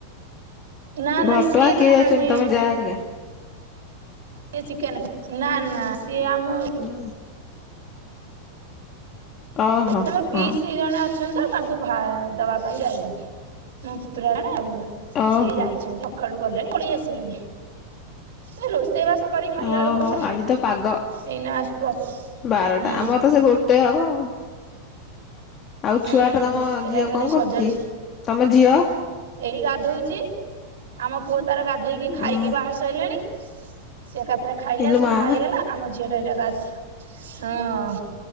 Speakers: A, on the right (about 60°); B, on the left (about 30°).
A: ନା ନା
B: ଘଟଗାଁ
A: ସିଏ
B: କିଏ
A: ଖାଆନ୍ତି
B: ଯାଇଚନ୍ତି? ତମ ଯା ହେରିକା।
A: ସିଏ ଚିକେନ ନା ନା ସିଏ ଆମ
B: <unintelligible> ଓହୋ
A: ଏ ମୋ
B: ହଁ
A: ପିଇସି ଜଣେ ଅଛ ନ୍ତି ତ। ତାଙ୍କୁ ଭା ତା ବାବା ବି ଯାଇଛନ୍ତି। ମୋ ପୁତୁରା ଜଣେ ଆଉ ସିଏ
B: ଓହୋ
A: ଯାଇଛନ୍ତି। ସଖାଳୁ ଗଲେଣି ପଳେଇ ଆସିବେଣିି। ଏ ରୋଷେଇ ବାସ କରି ଖାଇଲା
B: ଓହୋ।
A: ବେଳକୁ ବାରଟା
B: ଆଜି ତ ପାଗ
A: ଏଇନା ପ୍ର
B: ବାରଟା
A: ହୁଁ
B: ଆମର ତ ସେ ଗୋ ଟେ ହବ ଆଉ। ଆଉ
A: ହୁଁ
B: ଛୁଆ ଟା ତମ
A: ଏରା
B: ଝିଅ
A: ଖାଲି
B: କଣ
A: ସଜାଡି
B: କରୁଚି? ତମ ଝିଅ।
A: ଏଇ ଗାଧଉଚି। ଆମ ପୁଅ ତାର ଗାଧେଇକି
B: ଉଁ
A: ଖାଇକି ବାହାର ସଇଲାଣି। ସେ ଏକାଥରେ ଖାଇଲା
B: ଇଲୋ
A: ସଫା
B: ମା
A: ହେଇଗଲା। ଆମ ଝିଅ ଟା ଏଇଟା ଗାଧ ହଁ